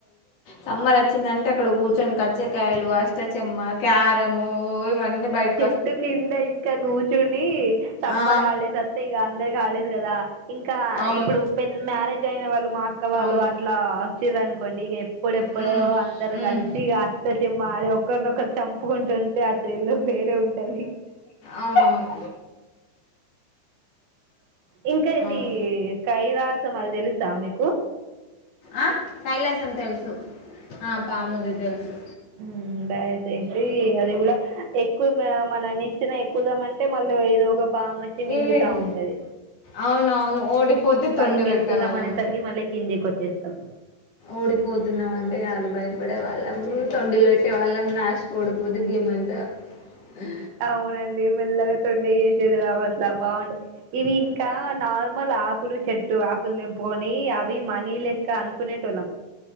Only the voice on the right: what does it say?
చట్టు కింద ఇంకా కూర్చుని సమ్మర్
హలిడేయ్స్ అస్తే ఇక అందరి కాలేజ్ కి ా ఇంకా
ఇప్పుడు పె మ్యారేజ్ చయినా వాళు మా అక్క వాళ్ళు
అట్లా చ్చరి అనుకోండి ఇగా ఇప్పుడెప్పుడు
అందరు
కలిసి మాడ ఒకక్కర్ నొ ఒక చంపుకుంటుటె ఆ త్రిల్లో వేరే ఉంటది
ఇంకా ఇది
కైలాసం అది తెలుసా మీకు
ఉమ్ బా చ్చేసి అది కూడా ఎక్కువ మన నీచ్చిన కుదాం అంటే మళ్ళీ ఏదో ఒక పాము వచ్చి మింగుతా
ఉంటది
పైకి
వెళ్తున్నాం అనేసరికి మళ్ళీ కిందికి వచ్చేస్తాం
అవునండి మెల్లగా ండే చేసేదిరాం అట్లా బాగుే ఇవి ఇంకా నార్మల్ ఆకులు చెట్టు ఆకులు తెంపుకొని మీ అవి మనీ లెక్క అనుకునేటొలం